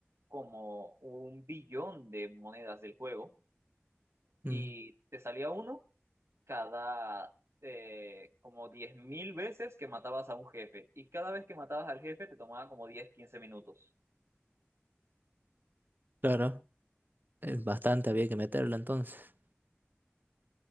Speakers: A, on the right; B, on the right.
A: como un billón de monedas del juego
B: Mm,
A: y te salía uno cada eh, como diez mil veces que matabas a un jefe y cada vez que matabas al jefe te tomaba como 10 15 minutos.
B: claro, es bastante había que meterlo entonces.